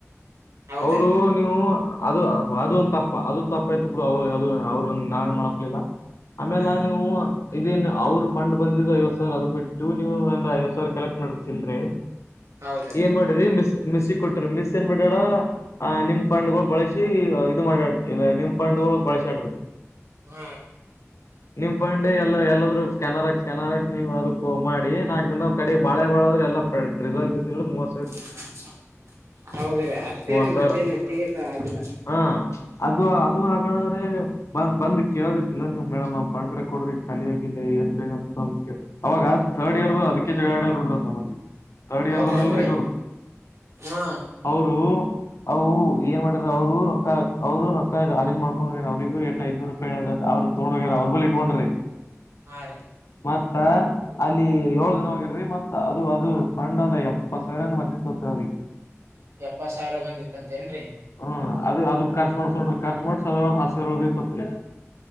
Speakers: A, on the left; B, on the right.
A: <inaudible>
B: ಹೌದ್ರೀ
A: ಅವರು.... ನೀವು ಅದು ಅದ ಒಂದ ತಪ್ಪ ಅದು ತಪ್ಪ ಇತ್ ಬಿಡ ಅವರು ಅದು ಅವ್ರ ನಾವ ಏನ್ ಮಾಡಕ ಹೋಗಿಲ್ಲ. ಆಮೇಲೆ
B: ಹ್ಮ್
A: ನೀವು. ಇದೇನ್ ಅವ್ರ ಫಂಡ್ ಬಂದಿದ್ ಐವತ್ತ ಸಾವಿರ ಅದು ಬಿಟ್ಟು ನೀವು ಒಂದ ಐವತ್ತ ಸಾವಿರ ಕಲೆಕ್ಟ ಮಾಡಿ ಚಿಲ್ರೆ.
B: ಹೌದ್ರೀ
A: ಏನ್ ಮಾಡ್ರಿ ಮಿಸ್ ಮಿಸ್ಸಿಗೆ ಕೊಟ್ರ ಮಿಸ್ ಏನ್ ಮಾಡ್ಯಾಳ.... ಆ ನಿಮ್ ಫಂಡ್ಗಳು ಬಳಸಿ ಇದು ಮಾಡ್ಯಾ ಇಲ್ಲ ನಿಮ್ ಫಂಡ್ಗಳು ಬಳ್ಸ್ಯಾಡ್ರಿ.
B: ಹು
A: ನಿಮ್ ಫಂಡ್ ಎಲ್ಲ ಎಲ್ಲಾದ್ರೂ ಸ್ಕ್ಯಾನರ್ ಹಾಕಿ ಸ್ಕ್ಯಾನರ್ ಹಾಕಿ ನೀವು ಅದು ಮಾಡಿ ನಾ ಕಡೆ ಬಾಳೆ ಬಾಳಾದ್ರೆ ಎಲ್ಲ ಪೆ ಟ್ರೇಸರ್ಯ್ಗ <unintelligible>
B: <unintelligible> ಹೌದ ರೀ ಅಷ್ಟೇ
A: ಮೂವತ್
B: ರೀ
A: ಸಾವಿರ
B: ಮತ್ತೇನು ಹೆಚ್ಚಿಗೆ ಆಗಿಲ್ಲ.
A: ಹಾ ಅದು ಅದು ಹಾಗಣ್ದ್ರಿ ಬಂದ್ ಬಂದ್ ಕೇಳದಿತ್ತನ ನೀವ್ ಮೇಡಮ್ ಏನ್ ಪಂಡ ಕೊಡ್ರಿ ಖಾಲಿಯಾಗಿಲ್ಲ ಏನ ರಿ ಅಂತ ಅವಾಗ ಥರ್ಡ್ ಇಯರ್ ಅದಕ್ಕೆ ಚಗಳಡ್ಯಾರ ನೋಡ್ರಿ ಅವರ ಥರ್ಡ್ ಇಯರ್ದರ
B: ಹೌದೇನ್ರಿ
A: ಅಲ್ರಿ ಇವಾಗ್ ಅವ್ರ್.
B: ಹಾ
A: ಅವರು ಅವು ಏನ್ ಮಾಡೆರಾ ಅವ್ರು ರೊಕ್ಕ ಅವ್ರು ರೊಕ್ಕ ಅರೇಂಜ್ ಮಾಡ್ಕೊಂಡೊಗೇರ ಅವ್ರಿಗೂ. ಐನೂರೂಪಯ್ ಹೇಳರಂತ್ ಅವ್ರು ತಗೊಂಡೋಗೇರ್ ಅವ್ರ ಮೆಲ್ ಇಟ್ಕೊಂಡ್ರಿ.
B: ಹಾ ರೀ.
A: ಮತ್ತ ಅಲ್ಲಿ ಯೋಳ್ ಜನ ಹೋಗ್ಯಾ ರೀ ಮತ್ತ ಅದು ಅದು. <unintelligible> ಎಪ್ಪತ್ ಸಾವಿರ. <unintelligible>
B: ಎಪ್ಪತ್ ಸಾವ್ರ ಬಂದಿತ್ತಂತೇನ್ರಿ.
A: ಹ್ಮ್ ಅದ ಅದ ಖರ್ಚು ಮಾಡ್ಕೊಂಡ್ರು ಖರ್ಚು ಮಾಡ್ಸ ಅದ. <unintelligible> <inaudible>